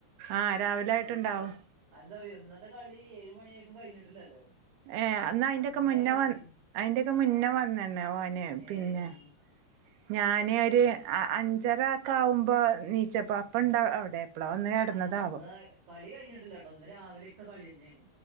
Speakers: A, on the right (about 75°); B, on the right (about 60°).
A: ആ രാവിലെ ആയിട്ടുണ്ടാവും
B: എപ്പളാ? എന്താ അറിയോ ഇന്നത്തെ കളി ഏഴ് മണിയായിട്ടും കഴിഞ്ഞിട്ടില്ലല്ലോ?
A: ഏഹ് എന്ന അയിന്റൊക്കെ
B: അങ്ങനെ
A: മുന്നേ
B: കളിച്ചീന്
A: വന്ന് അയിന്റൊക്കെ
B: ആഹ്
A: മുന്നേ വന്നണ് ഓന്
B: ഏഹ്
A: പിന്നെ ഞാന് ഒരു അ അഞ്ചര ഒക്കെ ആവുമ്പോ നീച്ചപ്പ അപ്പൊണ്ടാ ആ അവിടെ എപ്പളാ വന്ന് കിടന്നതാവോ
B: ആഹ് അന്ന കളി കഴിഞ്ഞിട്ടില്ലട്ടോ ഇന്ന് രാവിലെക്കെ കളിയന്നെയാണ്.